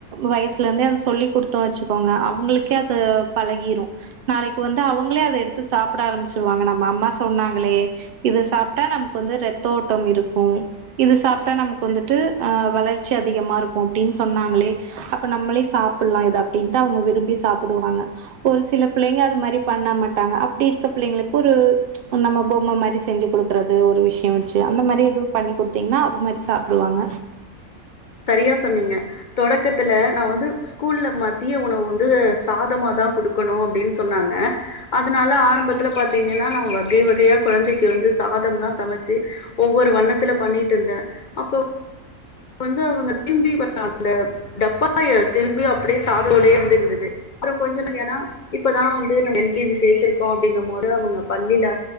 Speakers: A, on the right; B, on the left.
A: வயசுல இருந்தே அதுச் சொல்லிகுடுத்தோ வெச்சுக்கோங்க அவங்களுக்கே அது பழகிரு நாளைக்கு வந்து அவங்களே அத எடுத்து சாப்ட ஆரம்பிச்சிருவாங்க நம்ம அம்மா சொன்னாங்களே இது சாப்ட்டா நமக்கு வந்து ரத்த ஓட்டம் இருக்கு இது சாப்ட்டா நமக்கு வந்துட்டு அஹ் வளர்ச்சி அதிகமா இருக்கு அப்டின்னு சொன்னாங்களே அப்ப நம்மளே சாப் புல்லா இத அப்டின்ட்டு அவங்க விரும்பி சாப்பிடுவாங்க ஒரு சில பிள்ளைங்க அது மாரி பண்ண மாட்டாங்க அப்டி இருக்க பிள்ளைங்களுக்கு ஒரு நம்ம பொம்ம மாரி செஞ்சு கொடுக்குறது ஒரு விஷயொ வெச்சு அந்த மாரி எதுவு பண்ணி கொடுத்தீங்கன்னா அது மாரி சாப்பிடுவாங்க
B: சரியா சொன்னீங்க தொடக்கத்துல நா வந்து ஸ்கூல்ல மத்திய உணவு வந்து சாதமாதா குடுக்கணு அப்டின்னு சொன்னாங்க அதனால ஆரம்பத்துல பாத்தீங்கன்னா நா வகை வகையா குழந்தைக்கு வந்து சாதம்லா சமச்சு ஒவ்வொரு வண்ணத்துல பண்ணிட்டு இருந்தே அப்போ வந்து அவங்க திரும்பி அந்த டப்பாய திரும்பி அப்டியே சாதோடயே வந்து இருந்தது அப்புற கொஞ்ச ஏன்னா இப்பதா வந்து நம்ம எல் கே ஜி சேர்த்திருக்கோ அப்டிங்கும் போது அவங்க பள்ளியில